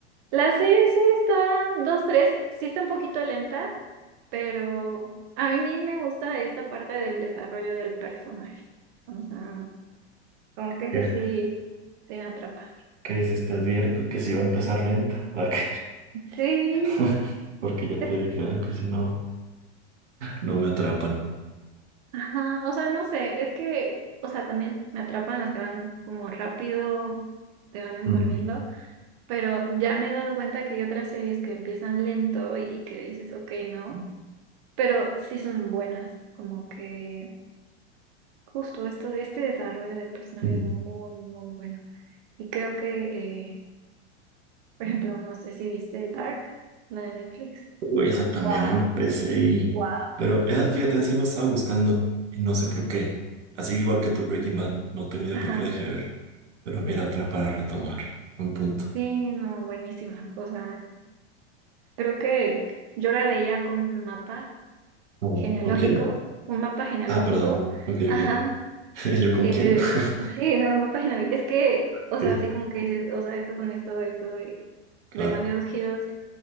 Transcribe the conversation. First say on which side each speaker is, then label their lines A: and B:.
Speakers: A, on the right; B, on the right.
A: la serie sí está, dos, tres, sí está un poquito lenta, pero a mí me gusta esta parte del desarrollo del personaje. O sea. Como que eso
B: ¿Qué,
A: sí, sí me atrapa.
B: qué dices? Te advierto que sí va a empezar lenta. ¿a qué?
A: Sí,
B: <laughs> Porque ya
A: es-
B: te dije ah, que si no, no me atrapan.
A: ajá, o sea, no sé, es que, o sea, también me atrapan las que van como rápido, te van envolviendo,
B: Ujú,
A: pero ya me he dado cuenta que hay otras series que empiezan lento y que dices, ok, no, pero sí son buenas, como que justo esto, este desarrollo del personaje
B: ujú.
A: es muy, muy bueno. Y creo que, eh, por ejemplo, no sé si viste Dark, la de Netflix.
B: Uy, esa también
A: Wow,
B: la empecé y...
A: wow.
B: Pero esa, fíjate, esa sí me estaba gustando. Y no sé por qué. Así igual que tu Breaking Bad. No tengo idea
A: Ajá.
B: por qué la dejé de ver. Pero mira, otra para retomar. Un punto.
A: Sí, no, buenísima. O sea, creo que yo la veía con un mapa
B: A ver,
A: genealógico,
B: ¿Con quién?
A: un mapa genealógico,
B: Ah, perdón. Ok,
A: ajá.
B: ok. <laughs> ¿Yo con
A: eh,
B: quién? <laughs>
A: sí, no, un mapa genealógico. Es que, o
B: Ok,
A: sea, así como que dices, o sea, esto con esto, esto, y
B: claro.
A: demasiados giros.